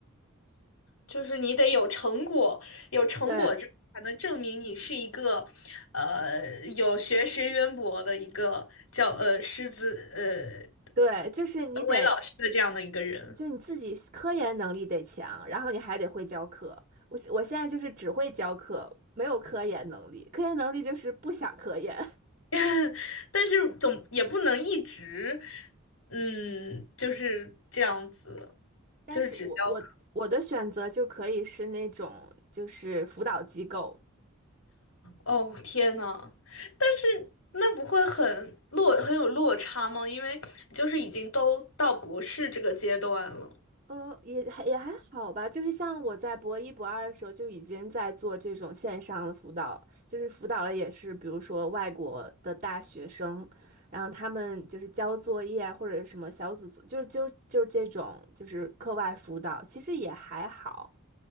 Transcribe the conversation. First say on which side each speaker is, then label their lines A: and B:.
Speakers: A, on the left; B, on the right.
A: 就是你得有成果，有成果之后才能证明你是一个，
B: 对
A: 呃，有学识渊博的一个叫呃师资呃
B: 对，就是你得，
A: 文为老师的这样的一个人。
B: 就是你自己科研能力得强，然后你还得会教课。我我现在就是只会教课，没有科研能力，科研能力就是不想科研。
A: <laughs> 但是总也不能一直，嗯，就是这样子，
B: <laughs> 但是我我我的选择就可以是那种就是辅导机构。
A: 就是只教。哦，天呐，但是那不会很落，很有落差吗？因为就是已经都到博士这个阶段了。
B: 嗯，也还也还好吧，就是像我在博一、博二的时候就已经在做这种线上的辅导，就是辅导的也是，比如说外国的大学生，然后他们就是交作业啊或者什么小组作，就是就就这种就是课外辅导，其实也还好，